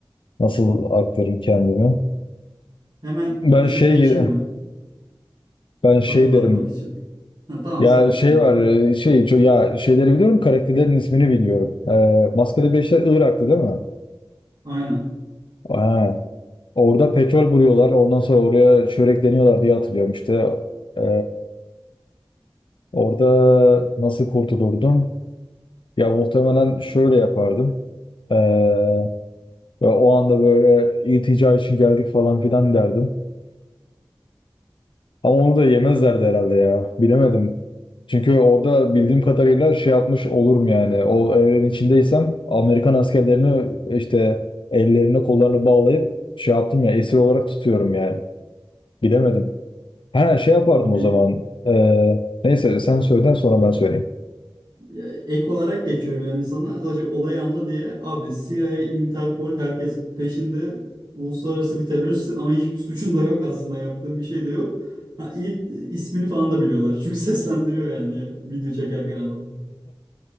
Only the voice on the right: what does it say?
Hemen
özet
geçeyim mi?
Hatırlatmak
için. Ha, tamam
sen söyle
o zaman.
Aynen.
Abi
Ya, Ek olarak geçiyorum yani sana sadece olayı anla diye abi CIA, Interpol herkes peşinde uluslararası bir teröristsin ama hiçbir suçun da yok aslında yaptığın bir şey de yok. Ha, iyi, ismini falan da biliyorlar <laughs> çünkü seslendiriyor yani ya, video çekerken adam.